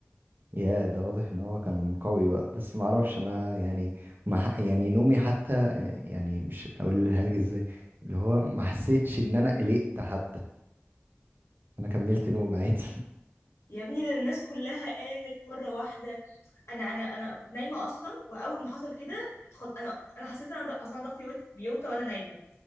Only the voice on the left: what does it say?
يا ابني ده الناس كلها قامت مرة واحدة انا انا انا كنت نايمة اصلا واول ما حصل كده اتخض... انا انا حسيت ان انا د... اصلا ضغطي ويت... بيوطى وانا نايمة